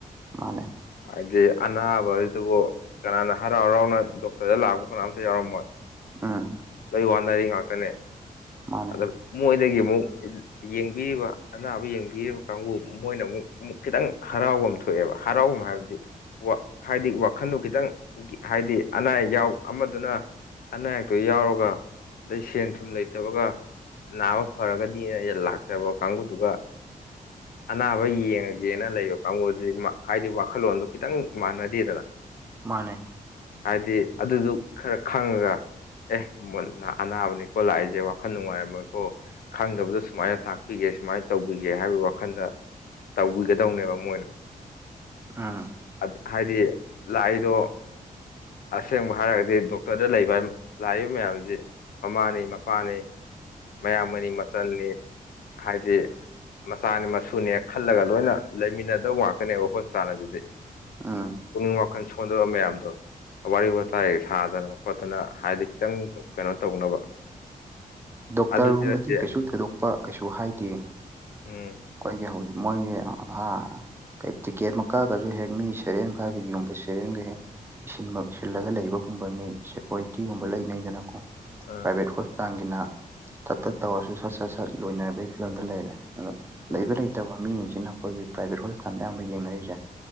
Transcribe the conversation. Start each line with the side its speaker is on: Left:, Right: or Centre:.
Right: ꯃꯥꯟꯅꯦ
Left: ꯍꯥꯏꯗꯤ ꯑꯅꯥꯕꯖꯤꯗꯕꯨ ꯀꯅꯥꯅ ꯍꯔꯥꯎ ꯍꯔꯥꯎꯅ ꯗꯣꯛꯇ꯭ꯔꯗ ꯂꯥꯛꯄ ꯀꯅꯥꯝꯇ ꯌꯥꯎꯔꯝꯃꯣꯏ
Right: ꯑꯥ
Left: ꯂꯣꯏ ꯋꯥꯅꯔꯤ ꯉꯥꯛꯇꯅꯦ
Right: ꯃꯥꯅꯦ
Left: ꯑꯗ ꯃꯣꯏꯗꯒꯤ ꯑꯃꯨꯛ ꯌꯦꯡꯕꯤꯔꯤꯕ ꯑꯅꯥꯕ ꯌꯦꯡꯕꯤꯔꯤꯕ ꯀꯥꯡꯕꯨ ꯃꯣꯏꯅ ꯑꯃꯨꯛ ꯑꯃꯨꯛ ꯈꯤꯇꯪ ꯍꯔꯥꯎꯕꯝ ꯊꯣꯛꯑꯦꯕ ꯍꯔꯥꯎꯕꯝ ꯍꯥꯏꯕꯗꯤ ꯋꯥꯛ ꯍꯥꯏꯗꯤ ꯋꯥꯈꯟꯗꯨ ꯈꯤꯇꯪ ꯍꯥꯏꯗꯤ ꯑꯅꯥ ꯑꯌꯦꯛ ꯌꯥꯎ ꯑꯃꯗꯨꯅ ꯑꯅꯥ ꯑꯌꯦꯛ ꯇꯨ ꯌꯥꯎꯔꯒ ꯑꯗꯩ ꯁꯦꯟ ꯊꯨꯝ ꯂꯩꯇꯕꯒ ꯅꯥꯕ ꯐꯔꯒꯗꯤꯅ ꯑꯩꯖꯦ ꯂꯥꯛꯆꯕ ꯀꯥꯡꯕꯨꯗꯨꯒ ꯑꯅꯥꯕ ꯌꯦꯡꯉꯒꯦꯅ ꯂꯩꯕ ꯀꯥꯡꯒꯨꯗꯤ ꯃꯛ ꯍꯥꯏꯗꯤ ꯋꯥꯈꯜꯂꯣꯟꯗꯣ ꯈꯤꯇꯪ ꯃꯥꯟꯅꯗꯦꯗꯅ
Right: ꯃꯥꯟꯅꯦ
Left: ꯍꯥꯏꯗꯤ ꯑꯗꯨꯗꯨ ꯈꯔ ꯈꯪꯉꯒ ꯑꯦ ꯃꯨꯟꯅ ꯑꯅꯥꯕꯅꯤꯀꯣ ꯂꯥꯛꯏꯖꯦ ꯋꯥꯈꯟ ꯅꯨꯡꯉꯥꯏꯔꯝꯃꯣꯏꯀꯣ ꯈꯪꯗꯕꯗꯣ ꯁꯨꯃꯥꯏꯅ ꯇꯥꯛꯄꯤꯒꯦ ꯁꯨꯃꯥꯏꯅ ꯇꯧꯕꯤꯒꯦ ꯍꯥꯏꯕꯒꯤ ꯋꯥꯈꯟꯗ ꯇꯧꯕꯤꯒꯗꯧꯅꯦꯕ ꯃꯣꯏꯅ
Right: ꯑꯥ
Left: ꯑꯠ ꯍꯥꯏꯗꯤ ꯂꯥꯛꯏꯗꯣ ꯑꯁꯦꯡꯕ ꯍꯥꯏꯔꯒꯗꯤ ꯗꯣꯛꯇ꯭ꯔꯗ ꯂꯩꯕ ꯂꯥꯛꯏꯕ ꯃꯌꯥꯝꯖꯤ ꯃꯃꯥꯅꯤ ꯃꯄꯥꯅꯤ ꯃꯌꯥꯝꯕꯅꯤ ꯃꯆꯟꯅꯤ ꯍꯥꯏꯗꯤ ꯃꯆꯥꯅꯦ ꯃꯁꯨꯅꯦ ꯈꯜꯂꯒ ꯂꯣꯏꯅ ꯂꯩꯃꯤꯟꯅꯗꯧꯕ ꯉꯥꯛꯇꯅꯦꯕ ꯍꯣꯁꯄꯤꯇꯥꯜ ꯑꯁꯤꯗꯤ
Right: ꯑꯥ
Left: ꯄꯨꯛꯅꯤꯡ ꯋꯥꯈꯟ ꯁꯣꯟꯗꯕ ꯃꯌꯥꯝꯗꯣ ꯋꯥꯔꯤ ꯋꯥꯇꯥꯏ ꯁꯥꯗꯅ ꯈꯣꯠꯇꯅ ꯍꯥꯏꯗꯤ ꯈꯤꯇꯪ ꯀꯩꯅꯣ ꯇꯧꯅꯕ
Right: ꯗꯣꯛꯇ꯭ꯔꯒꯨꯝꯕꯗꯤ
Left: ꯑꯗꯨꯗꯤ ꯅꯠꯇꯦ
Right: ꯀꯩꯁꯨ ꯊꯣꯏꯗꯣꯛꯄ ꯀꯩꯁꯨ ꯍꯥꯏꯗꯦ
Left: ꯎꯝ
Right: ꯈꯣꯏꯒꯤ ꯍꯧ ꯃꯣꯏꯒꯤ ꯑꯥ ꯀꯩ ꯇꯤꯛꯀꯦꯠꯃꯛ ꯀꯛꯑꯒꯖꯨ ꯍꯦꯛ ꯃꯤ ꯁꯦꯔꯦꯟ ꯐꯥꯏꯚ ꯌꯨꯝꯕ ꯁꯦꯔꯦꯟꯒ ꯍꯦꯛ ꯁꯤꯟꯕꯝ ꯁꯤꯜꯂꯒ ꯂꯩꯕꯒꯨꯝꯕ ꯃꯤ ꯁꯦꯀꯣꯔꯤꯇꯤꯒꯨꯝꯕ ꯂꯩꯅꯩꯗꯅꯀꯣ
Left: ꯑꯥ
Right: ꯄ꯭ꯔꯥꯏꯚꯦꯠ ꯍꯣꯁꯄꯤꯇꯥꯟꯒꯤꯅ ꯇꯠ ꯇꯠ ꯇꯧꯔꯁꯨ ꯁꯠ ꯁꯠ ꯁꯠ ꯂꯣꯏꯅꯕꯩ ꯐꯤꯕꯝꯗ ꯂꯩꯔꯦ ꯂꯩꯕꯔꯩ
Left: ꯑꯥ
Right: ꯇꯕ ꯃꯤꯖꯤꯡꯖꯤꯅ ꯑꯈꯣꯏꯒꯤ ꯄ꯭ꯔꯥꯏꯕꯦꯠ ꯍꯣꯁꯄꯤꯇꯥꯟꯗ ꯑꯌꯥꯝꯕ ꯌꯦꯡꯅꯔꯤꯖꯦ